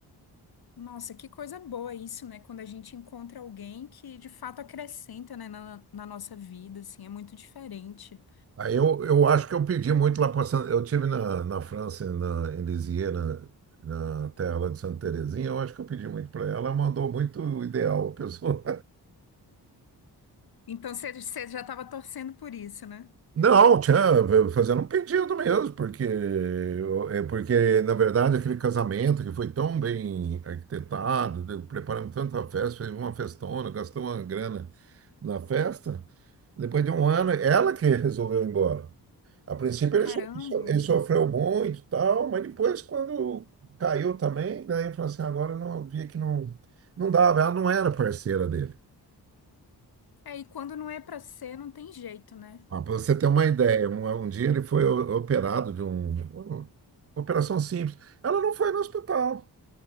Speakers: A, on the left; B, on the right.
A: Nossa, que coisa boa isso, né? Quando a gente encontra alguém que de fato acrescenta, né, na, na nossa vida, assim, é muito diferente.
B: Aí eu, eu acho que eu pedi muito lá para Santa. Eu tive na, na França, na, em Lisieux, na, na terra lá de Santa Terezinha, eu acho que eu pedi muito para ela, ela mandou muito o ideal, a pessoa.
A: Então você você já estava torcendo por isso, né?
B: Não, tinha fazendo um pedido mesmo, porque eu- é porque na verdade aquele casamento que foi tão bem arquitetado, de- preparamos tanta festa, fez uma festona, gastou uma grana na festa. Depois de um ano, ela que resolveu ir embora. A princípio ele,
A: Caramba.
B: so- so- ele sofreu muito, e tal, mas depois quando caiu também, daí ele falou assim, agora eu não via que não não dava, ela não era parceira dele.
A: É, e quando não é pra ser, não tem jeito, né?
B: Ah, para você ter uma ideia, um, um dia ele foi o- operado de um, uma operação simples. Ela não foi no hospital.